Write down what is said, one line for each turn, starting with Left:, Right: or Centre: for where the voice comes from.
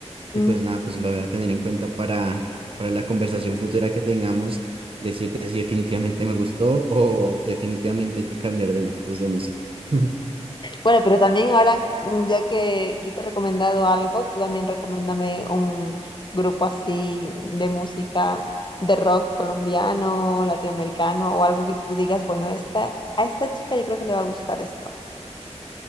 Right: Y
Left: Mm.
Right: pues nada, pues lo voy a tener en cuenta para, para la conversación futura que tengamos, decirte si definitivamente me gustó o definitivamente hay que cambiar de gustos de música. <laughs>
Left: Bueno, pero también ahora, mm, ya que yo te he recomendado algo, tú también recomiéndame un grupo así de música, de rock colombiano, latinoamericano o algo que tú digas, bueno, esta, a esta chica yo creo que le va a gustar esto.